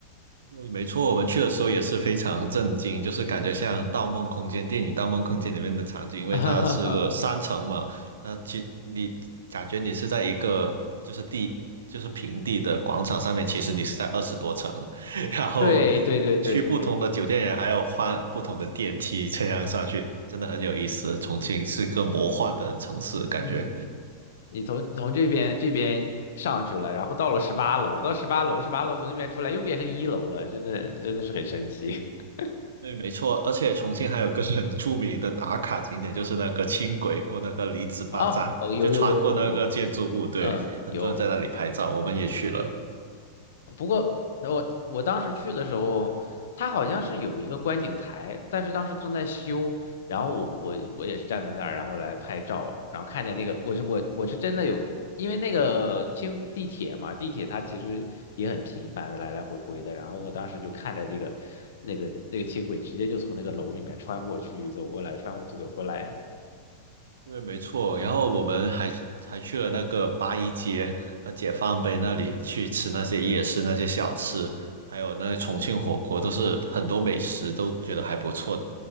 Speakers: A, on the right; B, on the left.
A: 对，没错，我们去的时候也是非常震惊，就是感觉像《盗梦空间》电影《盗梦空间》里面的场景，因为它是个三层嘛，
B: <laughs>
A: 它其你感觉你是在一个就是地就是平地的广场上面，其实你是在二十多层，<laughs> 然后
B: 对对对对对，
A: 去不同的酒店也还要换不同的电梯，这样上去真的很有意思。重庆是个魔幻的城市，感觉。
B: 嗯，你从从这边这边上去了，然后到了十八楼，到十八楼，十八楼从那边出来又变成一楼了，真的真的是很神奇。<laughs>
A: 对，没错，而且重庆还有个很著名的打卡景点，就是那个轻轨过那个李子坝站，
B: 哦，哦，有有有有有有，
A: 就穿过那个建筑物，对，
B: 嗯，
A: 很多人在那里拍照，
B: 有。
A: 我们也去了。
B: 不过我我我当时去的时候，它好像是有一个观景台，但是当时正在修，然后我我我也是站在那儿，然后来拍照，然后看见那个我是我我是真的有，因为那个轻地铁嘛，地铁它其实也很频繁的来来回回的，然后我当时就看着那个那个那个轻轨直接就从那个楼里面穿过去走过来，穿过去走过来，
A: 对，没错，然后我们还还去了那个八一街和解放碑那里去吃那些夜市那些小吃，还有那些重庆火锅，都是很多美食都觉得还不错，